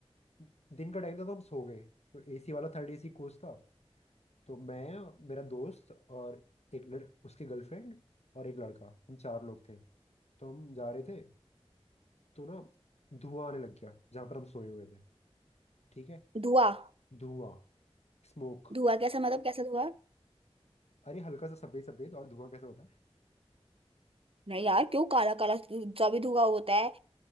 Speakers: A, on the left; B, on the right.
A: दिन का टाइम था तो हम सो गए तो एसी वाला थर्ड एसी कोच था तो मैं मेरा दोस्त और एक लड़, उसकी गर्लफ्रेंड और एक लड़का हम चार लोग थे तो हम जा रहे थे तो ना धुआं आने लग गया जहां पर हम सोए हुए थे ठीक है
B: धुआं
A: धुआं स्मोक
B: धुआं कैसा मतलब कैसा धुआं
A: अरे हल्का सा सफेद सफेद और धुआं कैसे होता है
B: नहीं यार क्यों काला काला जो भी धुआं होता है